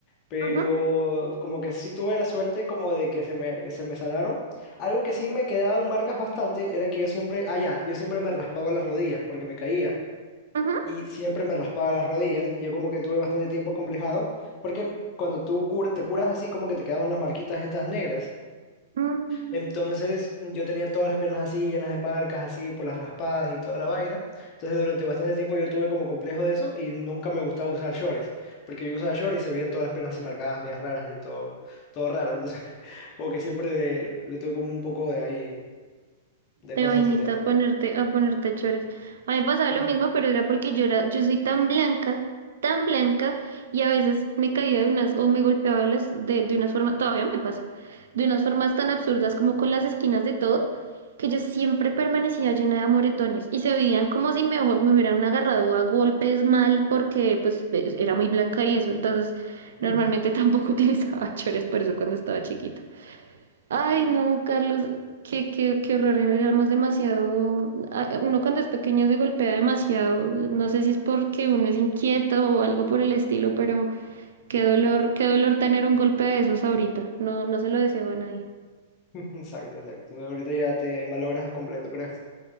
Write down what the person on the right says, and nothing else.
Ajá,
ajá.
Mm.
de
vainita
a ponerte, a ponerte chores. A mí me pasaba
lo mismo, pero era porque yo era, yo soy tan blanca, tan blanca, y a veces me caía de unas, o me golpeaba las, de, de unas formas, todavía me pasa, de unas formas tan absurdas como con las esquinas de todo, que yo siempre permanecía llena de amoretones, y se veían como si me, hu- me hubieran agarrado a golpes mal, porque pues e- era muy blanca y eso, entonces normalmente
tampoco <laughs> utilizaba chores por eso cuando estaba chiquita. Ay, no, Carlos, qué, qué, qué horror, éramos demasiado, ah, eh, uno cuando es pequeño se golpea demasiado, no sé si es porque uno es inquieto o algo por el estilo, pero qué dolor, qué dolor tener un golpe de esos ahorita, no, no se lo deseo a nadie,